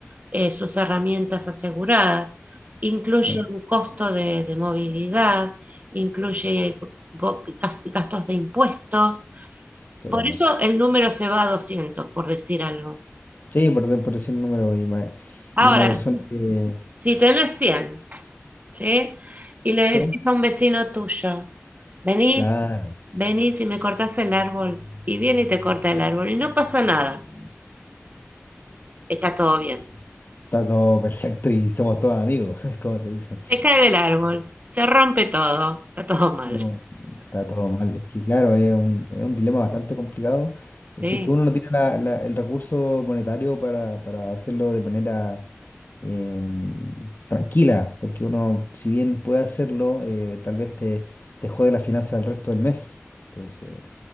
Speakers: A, on the right; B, on the left.
A: eh, sus herramientas aseguradas. Incluye
B: Sí,
A: un costo de, de movilidad, incluye go- gastos de impuestos.
B: totalmente.
A: Por eso el número se va a 200 por decir algo.
B: Sí, por, de- por decir un número y, ma-
A: Ahora,
B: y una persona
A: si
B: que...
A: si tenés 100, ¿sí? Y le
B: sí.
A: decís a un vecino tuyo, venís,
B: Claro,
A: venís y me cortás el árbol, y viene y te corta el árbol, y no pasa nada, está todo bien.
B: está todo perfecto y somos todos amigos, <laughs> como se dice.
A: Se cae del árbol, se rompe todo, está todo mal,
B: No, está todo mal. Es que claro, es un, es un dilema bastante complicado.
A: ¿sí?
B: Si es que uno no tiene la- la- el recurso monetario para, para hacerlo de manera em, tranquila, porque uno, si bien puede hacerlo, eh, tal vez te, te jode la finanza el resto del mes. Entonces,